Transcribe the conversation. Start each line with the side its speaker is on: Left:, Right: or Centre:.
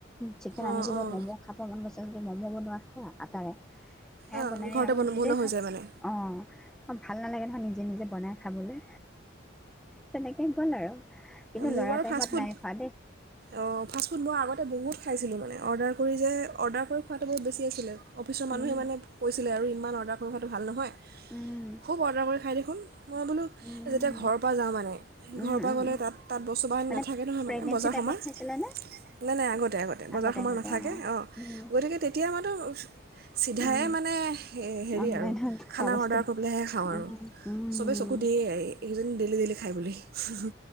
Centre: চিকেন আনি
Right: অঁ
Centre: দিব
Right: অঁ
Centre: ম'ম' খাব ত যদি ম'ম' বনোৱা খোৱা আটাৰে সি
Right: অঁ
Centre: বনাই
Right: ঘৰতে
Centre: আৰু
Right: বন
Centre: নিজে
Right: বনোৱা হৈ
Centre: খায়
Right: যায় মানে
Centre: অ অ ভাল নালাগে নহয় নিজে নিজে বনাই খাবলৈ তেনেকে ক'ল আৰু <unintelligible> কিন্তু
Right: মোৰ
Centre: ল'ৰা
Right: বাৰু
Centre: টাইমত
Right: ফাষ্টফুড
Centre: নাই খোৱা
Right: অ ফাষ্টফুড মই আগতে বহুত খাইছিলো মানে অৰ্ডাৰ কৰি যে অৰ্ডাৰ কৰি খোৱাটো বহুত বেছি আছিলে অফিচৰ মানুহে
Centre: দেই
Right: মানে কৈছিলে আৰু ইমান অৰ্ডাৰ কৰিবটো ভাল নহয়
Centre: উম,
Right: খুব অৰ্ডাৰ কৰি খায় দেখোন মই বোলো
Centre: উম, উম,
Right: যেতিয়া ঘৰ প যাব মানে
Centre: উম,
Right: ঘৰৰ পৰা গ'লে
Centre: উম,
Right: তাত মই
Centre: মানে
Right: নাথাকে নহয়
Centre: প্ৰেগনেঞ্চি
Right: বজাৰ
Centre: টাইমত
Right: সময়ত
Centre: খাইছিলেনে?
Right: নাই নাই আগত বজাৰ
Centre: আগতে
Right: সমাৰ
Centre: আগতে
Right: নাথাকে
Centre: অ,
Right: অঁ
Centre: উম,
Right: গৈ থাকে তেতিয়া মাতো চিধাই
Centre: উম,
Right: মানে সেই হেৰি
Centre: অনলাইনত
Right: আৰু খানা
Centre: পোৱা বস্তু
Right: অৰ্ডাৰ কৰিবলৈহে খাওঁ
Centre: উম,
Right: আৰু
Centre: উম,
Right: চবেই চকু দিয়ে এইজন ডেলি দেলি খাই বুলি হু হু